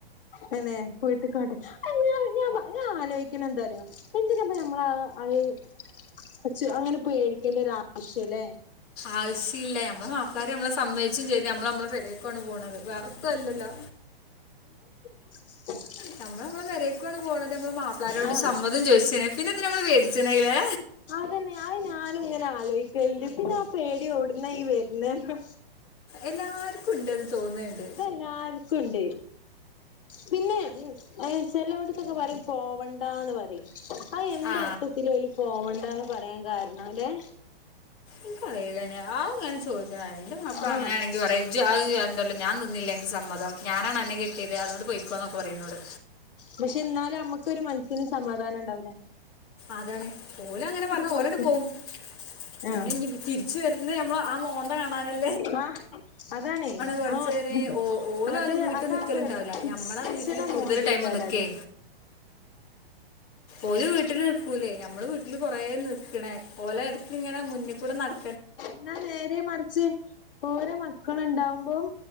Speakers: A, on the left; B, on the left.
A: തന്നെ വീട്ട്ക്കാട്ട് അയ് ഞാ ഞാ പ ഞാ ആലോയ്ക്ക്‌ണന്താറിയോ എന്തിനാപ്പം ഞമ്മളഹ് അഹ് ചോ അങ്ങനെ പേടിക്കേണ്ട ഒരാവശ്യ ലെ
B: ആവ്ശീല്ല ഞമ്മള മാപ്പ്ളാര് ഞമ്മളെ സമ്മയ്ച്ചും ചെയ്ത് മ്മള് മ്മളെ പെരേക്കുവാണ് പോണത് വേറെത്തുവല്ലല്ലോ
A: <inaudible>
B: ഞമ്മള് മ്മളെ പെരെക്കുവാണ് പോണത് നമ്മളെ മാപ്പ്ളാരോട്
A: ആ
B: സമ്മതും ചോയ്ച്ച് ണ് പിന്നെത്ത്നാ മ്മള് പേടിച്ച്ണ് ലെ
A: അതന്നെ ആ ഞാനും ഇങ്ങനെ ആലോയ്ക്കല്ണ്ട് പിന്നെ ആ പേടി ഒട്ന്ന ഈ വരുന്നെ ന്ന
B: എല്ലാര്ക്കുണ്ട്ന്ന് തോന്ന്ണ്ട്
A: എല്ലാർക്കുണ്ട് പിന്നെ ഈ ഏ ചെലോട്ത്തൊക്കെ പറിം പോവണ്ടാന്ന് പറിം. അഹ് യെന്തർത്ഥത്തില
B: ആ
A: ഓല് പോവണ്ടാന്ന് പറയാൻ കാരണാവലെ
B: ന്ക്കറീലണ്ണി ആവു ഞാന് ചോയ്ച്ചാ ന്റെ മാപ്പ്ള
A: ആ
B: അങ്ങനാണെങ്കി പറി ജഹ് അണ്ടല്ല ഞാൻ തന്നില്ലേ അൻക്ക് സമ്മതം ഞാനാണ് അന്നെ കെട്ടിയത് അതുകൊണ്ട് പൊയിക്കോ ന്നൊക്കെ പറിം ന്നോട്
A: പക്ഷെ ന്നാലും മ്മക്കൊരു മൻസിന് സമാധാനണ്ടാവൂല
B: അതാണേ ഓലങ്ങനെ പറ്ഞ്
A: പോക്കി
B: ഓലണ്ട് പോവും. പിന്നെ
A: ആഹ്
B: ഇഞ് പി തിരിച്ച് വര്ണെ മ്മള് ആ മോന്ത കാണാനൽ
A: ആഹ് അതാണേ
B: പഠിച്ചവരെ
A: ആ ഒ
B: ഓ ഓല
A: അത്
B: ഓല വീട്ടിൽ
A: അതാ
B: നിൽക്കലുണ്ടാവില്ല
A: വെറ്പ്പി
B: നമ്മളെ
A: ച്ച്
B: വീട്ടിൽ
A: ന
B: കൂടുതൽ
A: മോന്തകാരത്
B: ടൈം നിൽക്കേ ഓല് വീട്ടില് നിക്കൂലേ ഞമ്മള് വീട്ടില് കൊറേ നിക്ക്‌ണേ ഓലെ എട്ക്ക്‌ങ്ങനെ മുന്ന് കൂടെ നട്
A: ന്നാ നേരെ മറിച്ച് ഓരെ മക്കള്ണ്ടാവുമ്പം